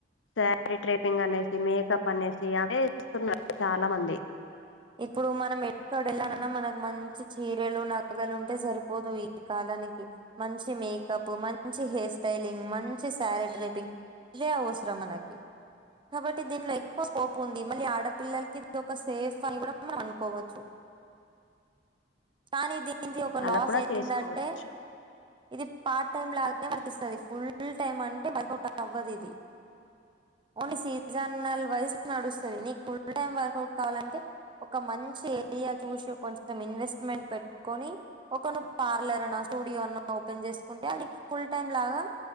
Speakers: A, on the left; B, on the right.
A: శారీ ట్రేపింగ్ అనేసి మేకప్ పనేసి అవే వేస్తున్నారు చాలా మంది
B: ఇప్పుడు మనం ఎక్కడ వెళ్ళనన్నా మనకి మంచి చీరలు నగలు ఉంటే సరిపోదు ఈ కాలానికి మంచి మేకప్ మంచి హెయిర్ స్టైలింగ్ మంచి సారీ ట్రేపింగ్ ఇదే అవసరం మనకి కాబట్టి దీంట్లో ఎక్కువ స్కోప్ ఉంది మళ్ళీ ఆడపిల్లలకి ఇది ఒక సేఫ్ ఫాల్ గూడం మన అనుకోవచ్చు కానీ ది దీనిది ఒక
A: అలా
B: లాస్
A: కూడా
B: ఏంది
A: చేసుకోవచ్చు
B: అంటే ఇది పార్ట్ టైమ్ లాగానే వర్తిస్తది ఫుల్ టైమ్ అంటే వర్కౌట్ అవ్వదు ఇది ఓన్లీ సీజనల్ వైస్ నడుస్తది నీకు ఫుల్ టైమ్ వర్కౌట్ కావాలంటే ఒక మంచి ఏరియా చూసి కొంచెం ఇన్వెస్ట్మెంట్ పెట్టుకొని ఒక ను పార్లర్ అన స్టూడియో అన్న ఓపెన్ చేసుకుంటే అది నీకు ఫుల్ టైమ్ లాగా